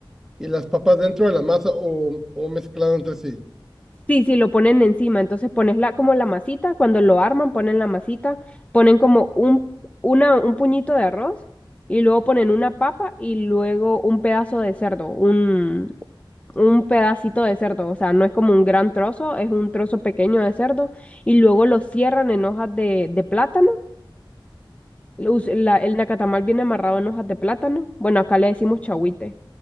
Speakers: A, in the centre; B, on the left.
A: y las papas dentro de la masa o, o mezclado entre sí.
B: Sí, sí, lo ponen encima. Entonces pones la, como la masita, cuando lo arman, ponen la masita, ponen como un, una, un puñito de arroz y luego ponen una papa y luego un pedazo de cerdo, un, un pedacito de cerdo. O sea, no es como un gran trozo, es un trozo pequeño de cerdo y luego lo cierran en hojas de, de plátano. Lo us- La, el nacatamal viene amarrado en hojas de plátano. Bueno, acá le decimos chahuite.